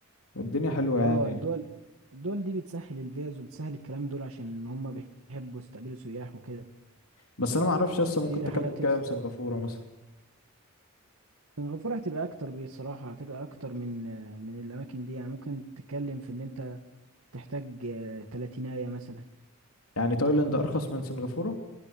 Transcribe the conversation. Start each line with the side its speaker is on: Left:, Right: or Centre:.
Left: والدنيا حلوة
Right: اه
Left: يعني
Right: الدول الدول دي بتسهل الفيز وبتسهل الكلام دول عشان هم بيحبوا يستقبلوا سياح وكده
Left: بس أنا معرفش لسه
Right: في
Left: ممكن تكلف
Right: رحلات
Left: كام
Right: يس
Left: سنغافورة مثلا
Right: سنغافورة هتبقى اكتر بصراحة هتبقى اكتر من من الاماكن دي يعني ممكن تتكلم في ان انت تحتاج آه، تلاتيناية مثلا
Left: يعني تايلاند أرخص من سنغافورة